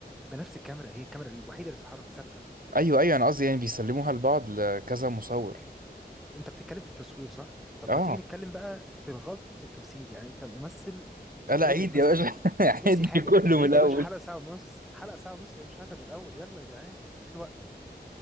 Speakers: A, in the centre; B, on the right.
A: بنفس الكاميرا هي الكاميرا الوحيده اللي بتتحرك ثابته
B: ايوه ايوه انا قصدي يعني بيسلموها لبعض لكذا مصور
A: انت بتتكلم في التصوير صح طب
B: اه
A: ما تيجي نتكلم بقى في الغلط في التمثيل يعني انت ممثل
B: آه،
A: غلط
B: لا عيد
A: مثلا
B: يا باشا <laughs>
A: نسي
B: عيد
A: حاجه
B: كله
A: عيد
B: من الاول
A: يا باشا حلقه ساعه ونص حلقه ساعه ونص يا باشا هاتها من الاول يلا يا جدعان مفيش وقت